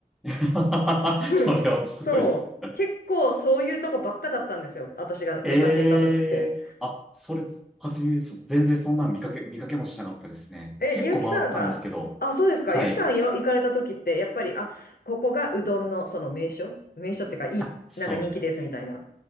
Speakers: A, in the centre; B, on the left (about 80°).
A: <laughs>
B: <laughs> うんそう。
A: それはすごいです。
B: 結構そういうとこばっかだったんですよ。私が昔行った時って。
A: ええあ、それ、初めです。全然そんなの見かけ、見かけもしなかったですね。
B: え、
A: 結構回ったんですけど、
B: ゆうきさんが、あ、そうですか。
A: はい。
B: ゆうきさんいわ行かれた時って、やっぱり、あ、ここがうどんのその名所名所っていうか、いい、
A: あ、そ
B: なんか人気ですみたいな。